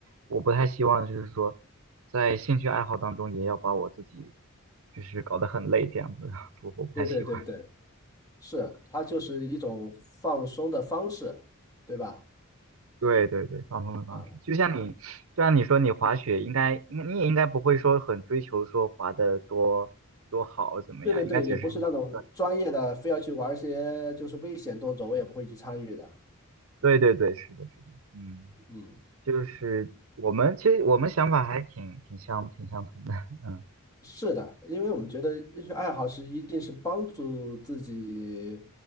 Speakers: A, on the right (about 70°); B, on the left (about 15°).
A: 我不太希望就是说，在兴趣爱好当中也要把我自己就是搞得很累这样子，<laughs> 我我不太喜欢。
B: 对对对对，是，它就是一种放松的方式，对吧？
A: 对对对，放松的方式，
B: 啊，
A: 就像你就像你说你滑雪应该应该你也应该不会说很追求说滑的多多好怎么样，
B: 对对对，
A: 应该只是一种
B: 也不是那种专业的，非要去玩一些就是危险动作，我也不会去参与的。
A: 对对对，是的，是的，嗯，
B: 嗯。
A: 就是我们其实我们想法还挺挺相挺相同的，<laughs> 嗯。
B: 是的，因为我们觉得兴趣爱好是一定是帮助自己，